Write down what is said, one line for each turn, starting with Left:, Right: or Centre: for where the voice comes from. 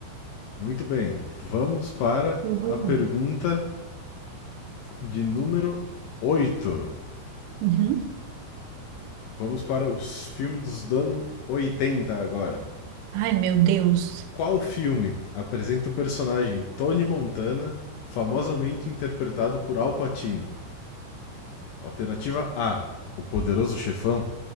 Left: Muito bem, vamos para
Right: Uhul.
Left: a pergunta de número 8.
Right: Uhum.
Left: Vamos para os filmes dos anos 80 agora.
Right: Ai, meu Deus.
Left: Qual filme apresenta o personagem Tony Montana, famosamente interpretado por Al Pacino? Alternativa A: O Poderoso Chefão.